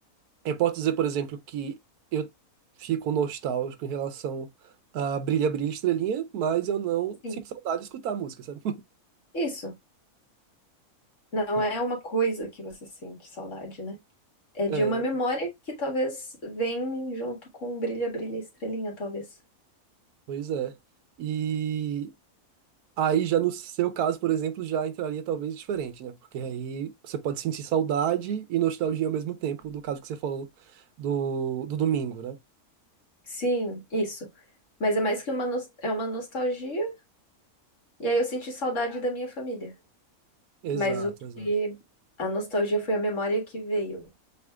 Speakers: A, on the right; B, on the left.
A: eu posso dizer, por exemplo, que eu fico nostálgico em relação a Brilha, Brilha, Estrelinha, mas eu não
B: Sim.
A: sinto saudade de escutar a música, sabe?
B: Isso. Não
A: <laughs>
B: é uma coisa que você sente saudade, né? É
A: É,
B: de uma memória que talvez vem junto com Brilha, Brilha, Estrelinha, talvez.
A: Pois é. E aí, já no seu caso, por exemplo, já entraria talvez diferente, né? Porque aí você pode sentir saudade e nostalgia ao mesmo tempo, do caso que você falou do, do domingo, né?
B: Sim, isso. Mas é mais que uma, nos- é uma nostalgia. E aí eu senti saudade da minha família.
A: Exato,
B: Mas o
A: exato.
B: que. A nostalgia foi a memória que veio.